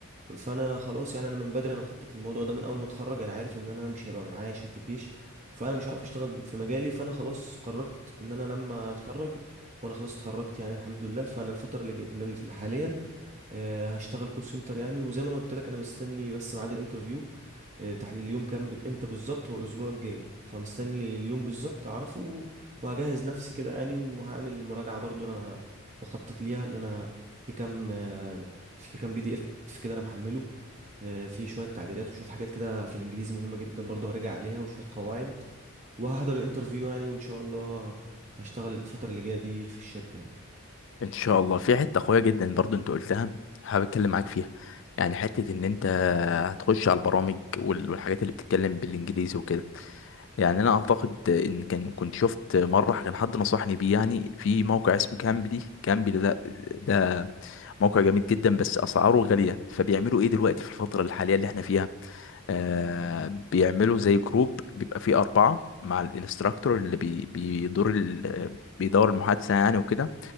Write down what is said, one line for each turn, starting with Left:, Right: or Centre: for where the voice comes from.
Right: فانا خلاص يعني انا من بدري انا مخطط للموضوع ده من اول ما اتخرج انا عارف ان انا مش هيبقى معايا شهاده الجيش فانا مش عارف اشتغل في مجالي فانا خلاص قررت ان انا لما اتخرج وانا خلاص اتخرجت يعني الحمد لله فانا الفتره اللي, جاي- اللي اللي حاليا آه، هشتغل كول سنتر يعني وزي ما انا قلت لك انا مستني بس ميعاد الانترفيو آه، تحت اليوم كام امتى بالظبط هو الاسبوع الجاي فمستني اليوم بالظبط اعرفه وهجهز نفسي كده يعني وهعمل مراجعه برضو انا مخطط ليها ان انا في كام آه، في كام بي دي اف كده انا محمله آه، في شويه تعبيرات وشويه حاجات كده في الانجليزي مهمه جدا برضه هرجع عليها وشويه قواعد وهحضر الانترفيو يعني وان شاء الله هشتغل الفتره اللي جايه دي في الشركه يعني
Left: إن شاء الله في حتة قوية جدا برضو أنت قلتها حابب أتكلم معاك فيها يعني حتة إن أنت هتخش على البرامج وال- والحاجات اللي بتتكلم بالإنجليزي وكده يعني انا اعتقد ان كان كنت شفت مره كان حد نصحني بيه يعني في موقع اسمه كامبلي كامبلي ده ده موقع جامد جدا بس اسعاره غاليه فبيعملوا ايه دلوقتي في الفتره الحاليه اللي احنا فيها آه بيعملوا زي جروب بيبقى فيه اربعه مع الانستراكتور اللي بي بيدور ال- بيدور المحادثه يعني وكده